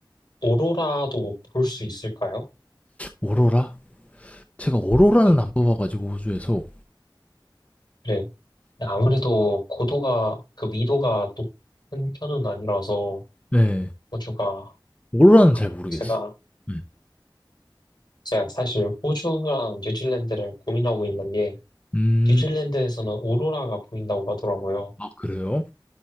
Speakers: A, on the left; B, on the left.
A: 오로라도 볼 수 있을까요?
B: 오로라? 제가 오로라는
A: 네,
B: 안 뽑아가지고 호주에서
A: 그래요. 아무래도 고도가, 그 위도가 높은 편은 아니라서
B: 네. 네.
A: 호주가,
B: 오로라는
A: 아,
B: 잘 모르겠어요.
A: 제가,
B: 음.
A: 제가 사실 호주랑 뉴질랜드를 고민하고 있는 게
B: 음.
A: 뉴질랜드에서는 오로라가 보인다고 하더라고요.
B: 아 그래요?